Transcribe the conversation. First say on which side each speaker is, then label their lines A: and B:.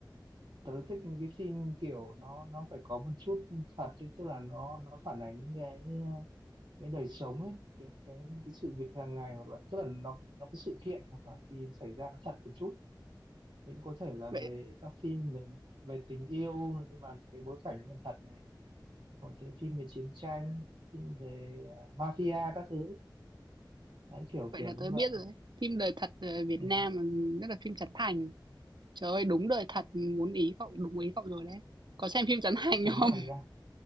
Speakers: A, on the right (about 80°); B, on the right (about 70°).
A: tớ thích những cái phim kiểu nó nó phải có một chút thật ấy, tức là nó nó phản ánh cái cái đời sống ấy cái cái cái sự việc hàng ngày hoặc là tức là nó nó cái sự kiện hoặc là cái xảy ra nó thật một chút miễn có thể là
B: Vậy
A: về các phim về về tình yêu nhưng mà cái bối cảnh nó phải thật này có thể phim về chiến tranh phim về à, mafia các thứ đấy kiểu
B: vậy
A: kiểu
B: là
A: như
B: tớ biết
A: vậy
B: rồi đấy. Phim đời thật ờ, Việt
A: ừ.
B: Nam, rất là phim Trấn Thành. Trời ơi, đúng đời thật, muốn ý cậu, đúng ý cậu rồi đấy. Có xem phim Trấn Thành
A: chấn
B: không?
A: thành ra